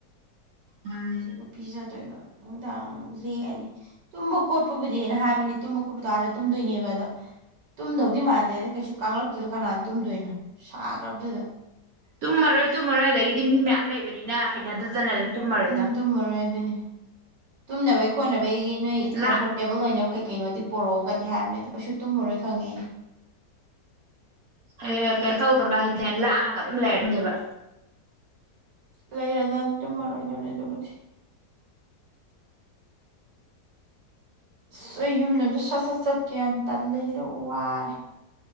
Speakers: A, on the right; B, on the right.
A: ꯎꯝ
B: ꯑꯗꯨꯒ ꯄꯤꯖꯗꯣꯏꯕ ꯅꯨꯡꯗꯥꯡ ꯂꯦꯛꯑꯅꯤ ꯇꯨꯝꯃ ꯀꯣꯠꯄꯕꯨꯗꯤ ꯑꯩꯅ ꯍꯥꯏ ꯍꯥꯏꯕꯅꯤ ꯇꯨꯝꯕ ꯈꯣꯠꯄ ꯑꯥꯗ ꯇꯨꯝꯗꯣꯏꯅꯦꯕ ꯑꯗ ꯇꯨꯝꯗꯧꯗꯤ ꯃꯥꯟꯗ꯭ꯔꯦꯗ ꯀꯩꯁꯨ ꯀꯥꯡꯂꯛꯇꯨꯗ ꯀꯅꯥꯅ ꯇꯨꯝꯗꯣꯏꯅꯣ ꯁꯥꯈ꯭ꯔꯕꯗꯨꯗ
A: ꯇꯨꯝꯃꯔꯣꯏ ꯇꯨꯝꯃꯔꯣꯏ ꯑꯗꯒꯤꯗꯤ ꯃꯤ ꯃꯌꯥꯝ ꯂꯩꯕꯅꯤꯅ ꯍꯩꯅꯗꯗꯅ ꯑꯗꯨꯝ ꯇꯨꯝꯃꯔꯣꯏꯗ
B: ꯎꯝ ꯇꯨꯝꯔꯣꯢ ꯑꯗꯨꯅꯤ ꯇꯨꯝꯅꯕꯩ ꯈꯣꯠꯅꯕꯩꯒꯤ ꯅꯣꯏ
A: ꯂꯥꯛ
B: ꯀꯝꯐꯣꯔꯇꯦꯕꯜ ꯑꯣꯏꯅꯕ ꯀꯩ ꯀꯩꯅꯣꯗꯤ ꯄꯨꯔꯛꯑꯣꯒꯗꯤ ꯍꯥꯏꯕꯅꯦ ꯑꯗꯨ ꯀꯩꯁꯨ ꯇꯨꯝꯃꯔꯣꯏ ꯈꯪꯉꯦ ꯑꯩꯅ
A: ꯑꯦ ꯀꯩꯅꯣ ꯇꯧꯗꯕ ꯍꯥꯏꯗꯤꯅꯦ ꯂꯥꯡꯑꯒ ꯑꯗꯨꯝ ꯂꯩꯔꯗꯕꯅꯦꯕ
B: ꯂꯩꯔꯗꯝ ꯇꯨꯝꯃꯔꯣꯏꯗꯕꯅꯦ ꯑꯗꯨꯕꯨꯗꯤ ꯑꯁ ꯑꯩ ꯌꯨꯝꯗ ꯑꯝꯇ ꯁꯠ ꯁꯠ ꯆꯠꯀꯦ ꯌꯥꯝ ꯇꯜꯂꯦ ꯁꯤꯗ ꯋꯥꯔꯦ